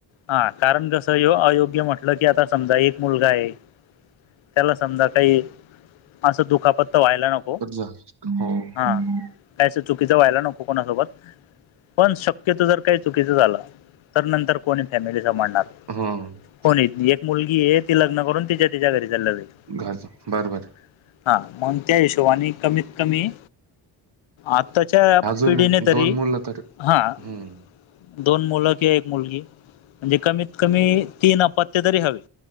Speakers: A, on the left; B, on the right.
A: हा कारण कसं ये अयोग्य म्हटलं की आता समजा एक मुलगा आहे, त्याला समजा काही, असं दुखापतत व्हायला नको
B: <unintelligible>
A: हा काय अस चुकीचं व्हायला नको कोणासोबत, पण शक्यतो जर काही चुकीच झालं तर नंतर कोणी फॅमिलीचा मान
B: हम्म
A: <unintelligible> एक मुलगी आहे ती लग्न करून तिच्या तिच्या घरी <unintelligible>
B: घाल बरोबर आहे.
A: हा मंग त्या हिशोबाने कमीत -कमी आताच्या
B: अजून
A: पिढीने
B: एक-
A: तरी,
B: दोन मुलं तर
A: हं
B: हम्म
A: दोन मुलं कि- एक मुलगी म्हणजे कमीत कमी, तीन अपत्य तरी हवी.